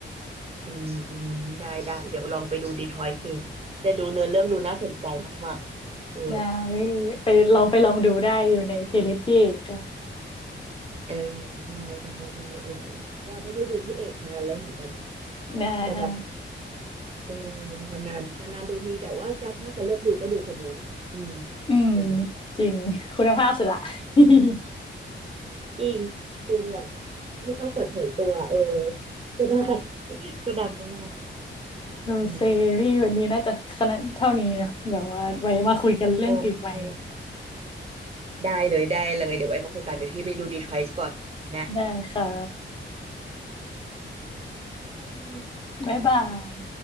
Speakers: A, on the right (about 30°); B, on the left (about 25°).
A: อืมได้ได้เดี๋ยวลองไปดูดีทรอยต์ดูแต่ดูเนื้อเรื่องดูน่าสนใจมากๆเออ
B: ได้พี่ไปลองไปลองดูได้อยู่ในเพลย์ลิสต์พี่ค่ะ
A: เออได้ได้ได้เออว่าไม่ได้ดูพี่เอกนานแล้วเหมือนกัน
B: ได้ค่ะ
A: แต่แบบเออนานนานนานนานๆดูทีแต่ว่าจะถ้าจะเลือกดูก็ดูคนเนี้ยอืม
B: อืม
A: จริง
B: จริงคุณภาพสุดละ <laughs>
A: จริงดูแบบไม่ต้องเปิดเผยตัวเออก็ได้ <laughs> ก็ดังได้
B: โอเคพี่วันนี้น่าจะขนาดเท่านี้เนอะแบบว่าไว้มาคุยกันเรื่องเกมใหม่
A: นะโอเค ได้เลยได้เลยเดี๋ยวไว้มาคุยกันเดี๋ยวที่ไปดูดีทรอยต์ก่อนนะ
B: ได้ค่ะ
A: บ๊ายบาย
B: บ๊ายบาย